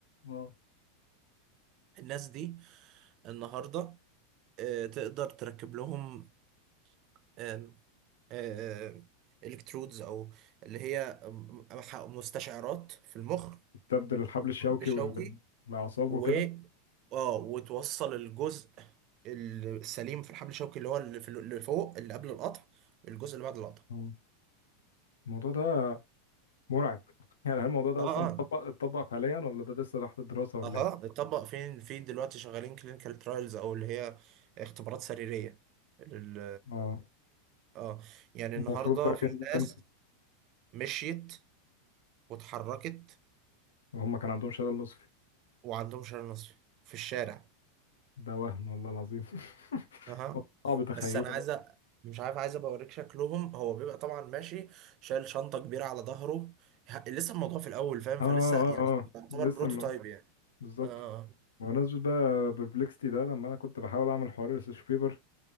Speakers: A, on the left; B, on the right.
A: اه
B: الناس دي النهاردة آه، تقدر تركب لهم آم، آه، الكترودز او اللي هي آم، مستشعرات في المخ
A: تبدل الحبل
B: والحبل
A: الشوكي
B: الشوكي
A: والأعصاب
B: و
A: وكده
B: اه وتوصل الجزء السليم في الحبل الشوكي اللي هو اللي في- اللي فوق اللي قبل القطع الجزء اللي بعد القطع
A: آه. الموضوع ده مرعب <laughs> يعني هل الموضوع ده
B: اه
A: أصلا
B: اه
A: اتطبق اتطبق حاليا ولا ده لسه تحت الدراسة ولا
B: اها
A: إيه؟
B: اتطبق فين فين دلوقتي شغالين كلينيكال ترايلز او اللي هي اختبارات سريرية لل
A: اه
B: اه يعني النهارده
A: المفروض بقى
B: في
A: ينزل
B: ناس
A: امتى؟
B: مشيت واتحركت
A: وهم كان عندهم شلل نصفي
B: وعندهم شلل نصفي في الشارع
A: ده وهم والله العظيم <laughs>
B: اها
A: صعب تخيله
B: بس انا
A: اه
B: عايز أ- مش عارف عايز ابقى اوريك شكلهم هو بيبقى طبعا ماشي شايل شنطه كبيره على ظهره ه- لسه الموضوع في الاول فاهم
A: اه
B: فلسه يعني
A: اه اه.
B: يعتبر
A: لسه
B: بروتوتايب
A: م...
B: يعني
A: بالظبط
B: اه
A: بمناسبة بقى بربلكستي ده لما انا كنت بحاول اعمل حوار ريسيرش بيبر